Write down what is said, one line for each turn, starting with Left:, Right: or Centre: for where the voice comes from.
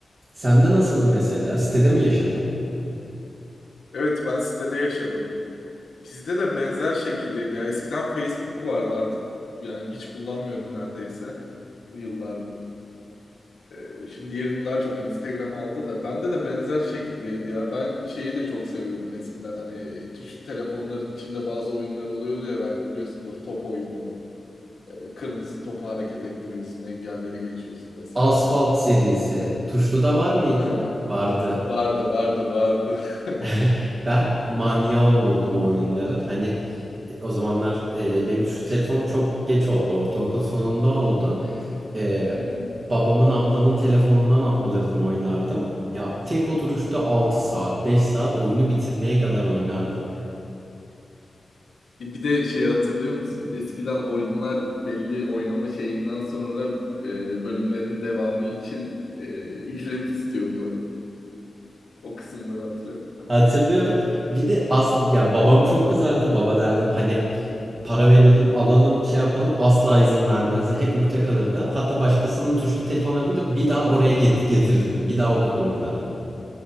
Right: Sende nasıldı mesela? Sitede mi yaşadın?
Left: Evet ben sitede yaşadım. Bizde de benzer şekildeydi ya. Eskiden Facebook vardı artık. Yani hiç kullanmıyorum neredeyse. Bu yıllarda. Ee, Şimdi yerini daha çok Instagram aldı da bende de benzer şekildeydi ya. Ben şeyi de çok seviyordum eskiden hani tuş telefonların içinde bazı oyunlar oluyordu ya belki biliyorsundur top oyunu. Ee, Kırmızı topu hareket ettiriyorsun, engelleri geçiyorsun vesaire.
Right: Asfalt serisi. Tuşlu'da var mıydı?
Left: Aha,
Right: Vardı.
Left: vardı vardı vardı. <laughs>
Right: <laughs> Ben manyağı olurdum o oyunların. Hani e, o zamanlar e, benim şu telefonum çok geç oldu. Ortaokul sonunda oldu. E,
Left: Hı hı.
Right: babamın ablamın telefonundan a- alırdım oynardım. Ya tek oturuşta altı saat beş saat oyunu bitirmeye kadar oynardım.
Left: E, Bir de şey hatırlıyor musun? Eskiden oyunlar belli oynama şeyinden sonra e, bölümlerin devamı için e, ücret istiyordu. O kısımları hatırlıyor musun?
Right: Hatırlıyorum. Bir de as ya babam çok kızardı. Baba derdim hani para verelim, alalım, şey yapalım. Asla izin vermezdi. Hep ukde kalırdı. Hatta başkasının tuşlu telefonu yapınca bir daha oraya get- getirirdim. Bir daha o kadar oynardım.